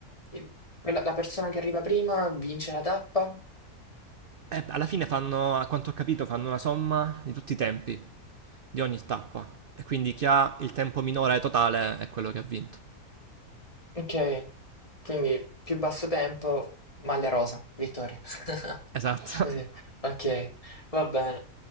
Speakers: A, on the left (about 20°); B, on the right (about 55°).
A: Il- quella- la persona che arriva prima vince la tappa?
B: Eh, alla fine fanno, a quanto ho capito, fanno una somma di tutti i tempi, di ogni tappa. E quindi chi ha il tempo minore totale è quello che ha vinto.
A: Ok, quindi più basso tempo, maglia rosa, vittoria. <laughs>
B: Esatto.
A: Così,
B: <laughs>
A: ok, va bene.